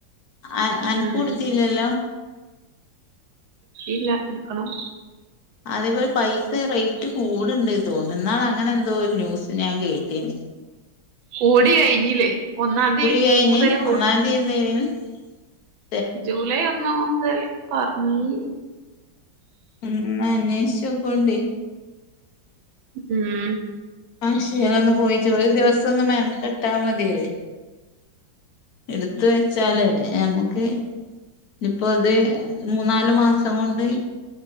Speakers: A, on the left; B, on the right.
A: ആ അനക്കും
B: ഉം
A: എടുത്തില്ലല്ലോ?
B: ഇല്ല എടുക്കണം
A: അതേപോലെ പൈസ റേറ്റ് കൂടുണ്ട് എന്ന് തോന്നു, ഇന്നാള് അങ്ങനെ എന്തോ ഒരു ന്യൂസ് ഞാൻ കേട്ടീന്.
B: കൂടി കഴിഞ്ഞില്ലേ. ഒന്നാംതി
A: കുടി കഴിഞ്ഞ്,
B: മുതൽ കൂ
A: ഒന്നാം തീയന്ന് <unintelligible>
B: ജൂലൈ ഒന്നാ മുതൽ പറഞ്ഞെ.
A: ഒന്ന് അന്വേഷിച്ച് നോക്കുവേണ്ടി.
B: ഉം
A: അക്ഷയലെ ഒന്ന് പോയ ചോ ഒരു ദിവസം ഒന്ന് മെനക്കെട്ടാൽ മതിയത്. എടുത്തു വെച്ചാല് നമ്മുക്ക്. ഇപ്പൊ അത് അത് മൂന്നാാലു മാസം കൊണ്ട്